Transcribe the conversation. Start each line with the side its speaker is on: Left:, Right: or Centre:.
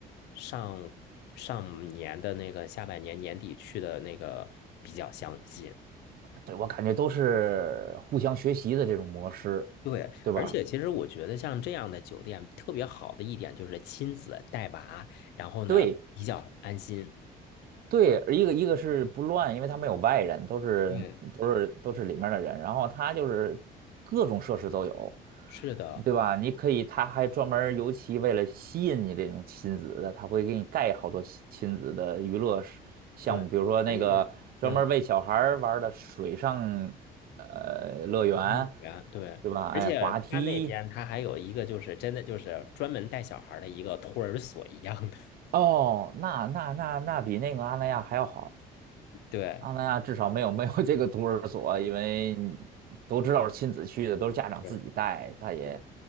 Left: 上上年的那个下半年年底去的那个比较相近。
Right: 对，我感觉都是互相学习的这种模式，
Left: 对，
Right: 对吧？
Left: 而且其实我觉得像这样的酒店特别好的一点就是亲子带娃，然后呢比较安心。
Right: 对，对，一个一个是不乱，因为他没有外人，都是都是都是里面的人。
Left: 嗯，
Right: 然后他就是各种设施都有，
Left: 是的，
Right: 对吧？你可以，他还专门儿尤其为了吸引你这种亲子的，他会给你盖好多亲亲子的娱乐是项目，
Left: 对，
Right: 比如说那个专门儿为小孩儿玩儿的水上
Left: 而且嗯，
Right: 呃乐园，
Left: 幼儿园对，
Right: 对吧？哎，
Left: 而且他那边他还有一个就是真的就是专门带小孩儿的一个托儿所一样的。
Right: 滑梯哦，那那那那比那个阿那亚还要好。
Left: 对，
Right: 阿那亚至少没有没有这个托儿所，因为都知道是亲子去的，都是家长自己带。
Left: 是
Right: 他也
Left: 对，